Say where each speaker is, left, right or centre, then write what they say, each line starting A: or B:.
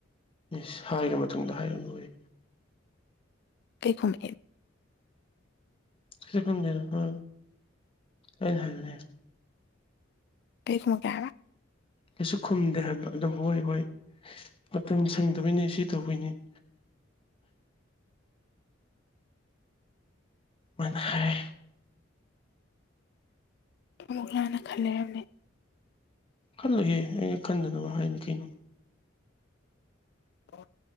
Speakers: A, on the left; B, on the left.
A: ꯁ ꯍꯥꯏꯈ꯭ꯔ ꯃꯇꯨꯡꯗ ꯍꯥꯏꯔ ꯂ ꯑꯣꯏ
B: ꯄꯩꯈꯨꯝꯝ
A: ꯁꯨꯝꯗꯅ ꯍ ꯍꯥꯏ
B: ꯂꯩꯃꯨ ꯀ ꯍꯥꯏꯔ
A: ꯀꯩꯁꯨ ꯈꯨꯝꯗꯦ ꯍꯥꯏꯕ ꯑꯗꯨꯝ ꯑꯣꯏꯣꯏ ꯑꯣꯏꯣꯏ ꯃꯇꯝ ꯁꯪꯗꯣꯏꯅꯤ ꯁꯤ ꯇꯗꯣꯏꯅꯤ <unintelligible> ꯃꯅ ꯍꯥꯏ
B: ꯑꯃꯨꯛ ꯂꯥꯟꯅ ꯈꯜ ꯂꯩꯔꯝꯃꯦ
A: ꯈꯜꯂꯍꯦ ꯑꯩꯅ ꯈꯟꯗꯅꯕ ꯍꯥꯏꯅꯤ ꯀꯩꯅꯣ
B: ꯑꯣ